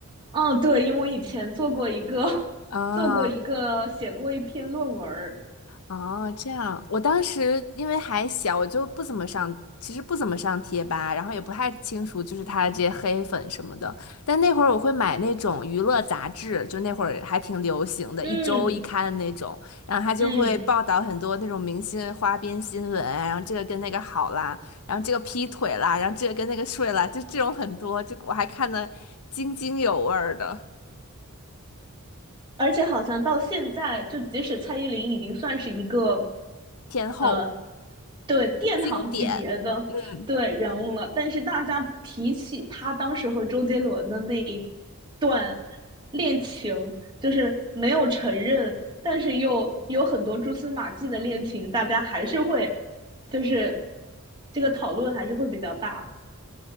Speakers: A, on the right; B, on the left.
A: 嗯，对，因为我以前做过一个 <laughs>
B: 啊？
A: 做过一个写过一篇论文儿，
B: 哦，这样，我当时因为还小，我就不怎么上，其实不怎么上贴吧，然后也不太清楚就是他的这些黑粉什么的。但那会儿我会买那种娱乐杂志，就那会儿还挺流行的，
A: 嗯
B: 一周一刊的那种，然后他就会报道很多那种明星花边新闻啊然后这个跟那个好啦，
A: 嗯。
B: 然后这个劈腿啦，然后这个跟那个睡啦，就这种很多，就我还看的津津有味儿的
A: 而且好像到现在，就即使蔡依林已经算是一个，
B: 天后
A: 呃，对殿堂级别的对人物了，
B: 经典，嗯。
A: 但是大家提起她当时和周杰伦的那一段恋情，就是没有承认，但是又有很多蛛丝马迹的恋情，大家还是会，就是这个讨论还是会比较大。